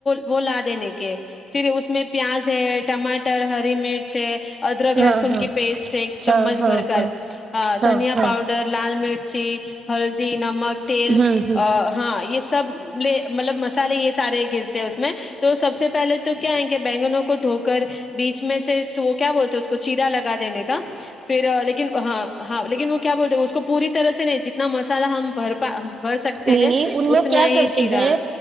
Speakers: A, on the left; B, on the right.
A: وہ لا دینے پھر اس میں پیاز ہے ٹماٹر ہر ریی مڈ ادرک لہسن
B: ہاں ہاں
A: کی پیسٹ ایک چمچ
B: ہاں ہاں
A: بھر کر
B: ہاں ہاں
A: دھنیا
B: ہاں
A: پاؤڈر لال مرچی ہلدی نمک تیل
B: ہوں ہوں
A: ہاں یہ سب لے مطلب مسالے یہ سارے گرتے ہیں اس میں تو سب سے پہلے تو کیائ کہ بینگنوں کو دھو کر بیچ میں سے وہ کیا بولتے اس کو چیرا لگا دینے کا پھر لیکن ہاں ہاں لیکن وہ کیا بولتے اس کو پوری طرح سے نہیں جتنا مسالا ہم بھر پا بھر سکتے
B: نہیں
A: ہیں
B: نہیں ان
A: اتنا
B: لوگ کیا
A: ہی
B: کرتے
A: چیرا
B: ہیں